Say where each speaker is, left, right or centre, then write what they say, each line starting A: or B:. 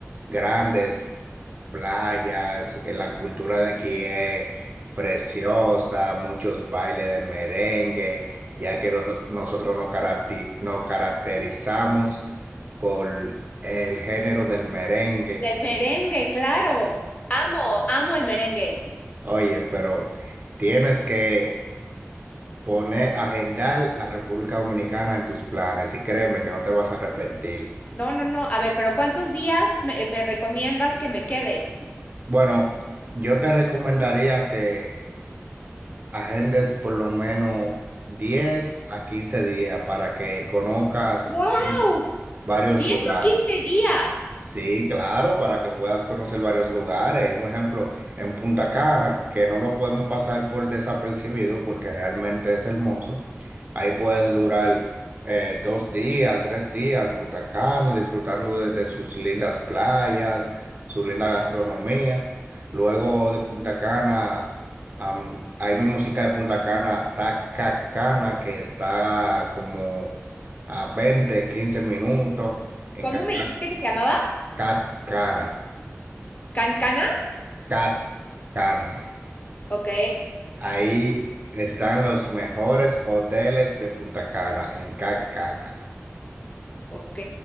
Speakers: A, on the right (about 35°); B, on the left (about 30°).
A: grandes playas, eh, la cultura de aquí es preciosa, muchos bailes de merengue, ya que noso- nosotros nos, caracti- nos caracterizamos por el género del merengue.
B: Del merengue, claro. Amo, amo el merengue.
A: Oye, pero tienes que poner, agendar la República Dominicana en tus planes y créeme que no te vas a arrepentir.
B: No, no, no. A ver, pero ¿cuántos días me, me recomiendas que me quede?
A: Bueno, yo te recomendaría que agendes por lo menos 10 a 15 días para que conozcas
B: ¡Wow!
A: varios
B: Diez
A: lugares.
B: o quince días?
A: Sí, claro, para que puedas conocer varios lugares. Un ejemplo, en Punta Cana, que no lo podemos pasar por desapercibido porque realmente es hermoso. Ahí puedes durar eh, dos días, tres días en Punta Cana, disfrutando de, de sus lindas playas, su linda gastronomía. Luego de Punta Cana, am, ahí mismo cerca de Punta Cana, Tacacana, que está como a 20, 15 minutos. En
B: ¿Cómo
A: Cacana
B: me dijiste que se llamaba?
A: Cat Cana,
B: ¿Cancana?
A: Cat Cana.
B: Ok,
A: Ahí están los mejores hoteles de Punta Cana, en Cat Cana.
B: ok,